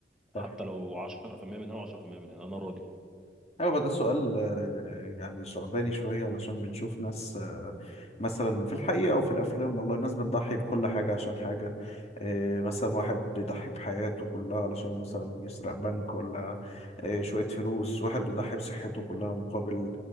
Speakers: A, in the centre; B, on the left (about 40°).
A: حتى
B: صح
A: لو 10% من هنا و10% من هنا انا راضي
B: أيوة، هو ده سؤال آه، يعني صعباني شوية علشان بنشوف ناس آه، مثلا في الحقيقة أو في الأفلام والله ناس بتضحي بكل حاجة عشان حاجة آه، مثلا واحد بيضحي بحياته كلها علشان مثلا يسرق بنك ولا آه، شوية فلوس واحد بيضحي بصحته كلها مقابل